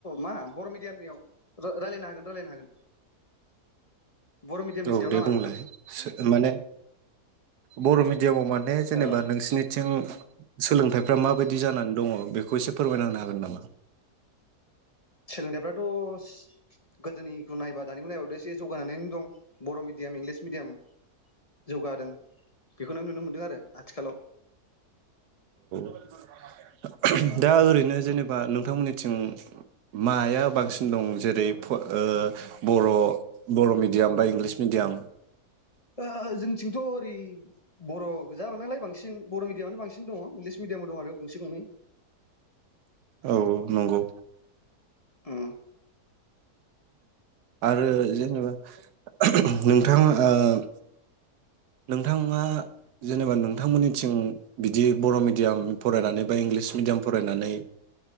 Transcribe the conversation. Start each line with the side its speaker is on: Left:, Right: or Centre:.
Left: मा बर' मिडियामनियाव रायलायनो हागोन रायलायनो हागोन बर मिडियामनि
Right: औ
Left: सायाव
Right: दे
Left: नामा
Right: बुंलाय
Left: नोंथां?
Right: माने बर मिडियामाव माने जेनेबा
Left: ओ
Right: नोंसिनिथिं सोलोंथाइफ्रा माबायदि जानानै दङ बेखौ एसे फोरमायना मोनो हागोन नामा?
Left: सोलोंथाइफ्रा थ गोदोनिखौ नायबा दानिखौ नायाव एसे जौगानानैनो दं बर मिडियाम इंलिस मिडियाम। जौगादों। बेखौनो नुनो मोनदों आरो आथिखालाव।
Right: <unintelligible>
Left: ओ
Right: <inaudible> दा ओरैनो जेनेबा नोंथांमोननि थिं माया बांसिन दं? जेरै फ ओ बर बर मिडियाम बा इंलिस मिडियाम
Left: ओओ जोंथिंथ ओरै बर बुजा बांनायालाय नांलाय बांसिन बर' मिडयामानो बांसिन दङ इंलिस मिडियामबो दं आरो गंसे गंनै।
Right: औ नंगौ।
Left: हुम
Right: आरो जेनेबा <unintelligible> नोंथा ओ नोंथाङा जेनेबा नोंथांमोननिथिं बिदि बर मिडियाम फरायनानै बा इंलिस मिडियाम फरायनानै